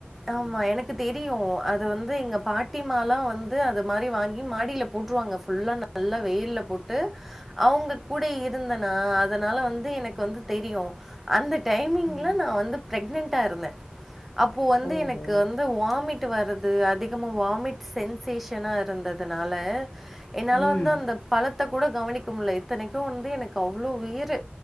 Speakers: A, on the left; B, in the centre.
A: உம்.
B: ஆமா. எனக்கு தெரியும். அது வந்து எங்க பாட்டிமாலா வந்து. அது மாரி வாங்கி மாடியில போட்டுருவாங்க நல்லா வெயில போட்டு. அவங்க கூடயே இருந்தனா அதனால வந்து. வந்து எனக்கு
A: ம்
B: வந்து தெரியு. அந்த. டைமிங்ல
A: ம்
B: நா வந்து பிரெக்னன்ட். ட்டா இருந்த. அப்போ வந்து
A: ஓஹோ
B: எனக்கு வந்து வாமிட் வரது. அது அதிகமாக வாமிட் சென்சேஷன இருந்ததுனால. என்னால
A: ம்
B: வந்து அந்த பழத். த்த கூட கவனிக்க முடியல இத்தனைக்கு வந்து எனக்கு அவ்வளோ உயிரு.